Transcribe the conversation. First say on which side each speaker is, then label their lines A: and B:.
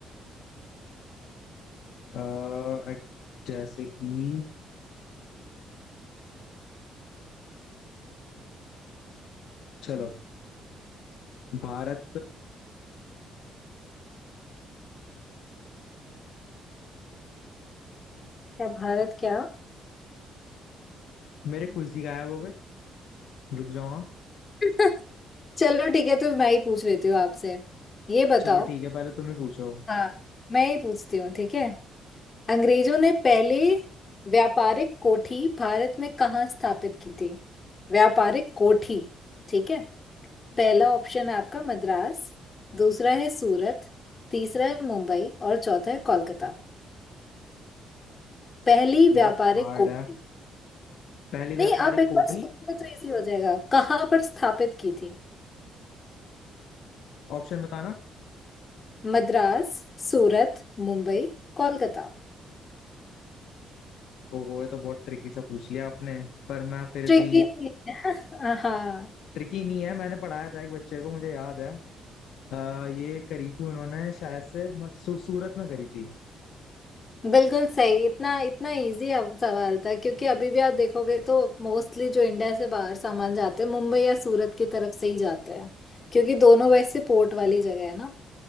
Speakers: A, on the left (about 80°); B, on the left (about 35°).
A: अ, जैसे कि चलो भारत
B: क्या भारत क्या
A: मेरे कुछ ही गायब हो गए रुक जाओ आप।
B: <laughs> चलो ठीक है तो मैं ही पूछ लेती हूँ आपसे ये बताओ
A: चलो ठीक है पहले तुम ही पूछो
B: हाँ मैं ही पूछती हूँ ठीक है अंग्रेजों ने पहले व्यापारिक कोठी भारत में कहाँ स्थापित की थी व्यापारिक कोठी ठीक है पहला ऑप्शन है आपका मद्रास दूसरा है सूरत तीसरा है मुंबई और चौथा है कोलकाता पहली
A: बहुत
B: व्यापारिक
A: हार्ड
B: कोठी
A: है पहली
B: नहीं
A: व्यापारिक
B: आप एक
A: कोठी
B: बार सोचोगे तो इजी हो जाएगा कहाँ पर स्थापित की थी
A: ऑप्शन बताना
B: मद्रास सूरत मुंबई कोलकाता
A: ओहो ये तो बहुत ट्रिकी सा पूछ लिया आपने पर मैं फिर
B: ट्रिकी
A: भी
B: <laughs> हाँ
A: ट्रिकी नहीं है मैंने पढ़ाया था एक बच्चे को मुझे याद है आ, ये करी थी उन्होंने शायद से म- सू, सूरत में करी थी
B: बिल्कुल सही इतना इतना इजी सवाल था क्योंकि अभी भी आप देखोगे तो मोस्टली जो इंडिया से बाहर सामान जाते हैं मुंबई या सूरत की तरफ से ही जाते हैं क्योंकि दोनों वैसे पोर्ट वाली जगह है ना